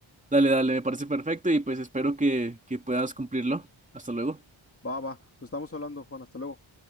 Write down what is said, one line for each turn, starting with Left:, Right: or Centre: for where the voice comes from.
Right: Dale, dale, me parece perfecto y pues espero que, que puedas cumplirlo. Hasta luego.
Left: Va, va, nos estamos hablando, Juan. Hasta luego.